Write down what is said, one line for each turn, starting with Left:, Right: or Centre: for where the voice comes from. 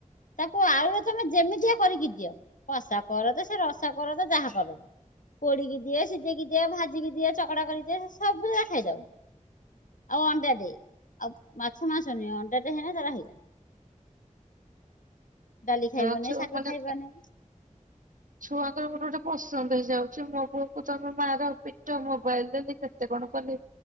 Left: ତାକୁ ଆଳୁରେ ତମେ ଯେମିତିଆ କରିକି ଦିଅ କଷା କରତ ସେ ରସା କରତ ଯାହାକର ପୋଡ଼ିକି ଦିଏ ସିଝେଇକି ଦିଏ ଭାଜିକି ଦିଏ ଚକଡ଼ା କରିକିଦିଏ ସେ ସବୁରା ଖାଇଦବ। ଆଉ ଅଣ୍ଡା ଦିଏ ଆଉ ମାଛ ମାଂସ ନୁହେଁ ଅଣ୍ଡାଟେ ହେନେ ତାର ହେଇଗଲା ଡାଲି ଖାଇବନି
Right: ତା ଅଛମାନେ
Left: ଶାଗ ଖାଇବନି।
Right: ଛୁଆଙ୍କର ଗୋଟେ ଗୋଟେ ପସନ୍ଦ ହେଇଯାଉଛି ମୋ ପୁଅକୁ ତମେ ମାର ପିଟ ମୋବାଇଲଦିଅ କେତେ କଣ କଲେ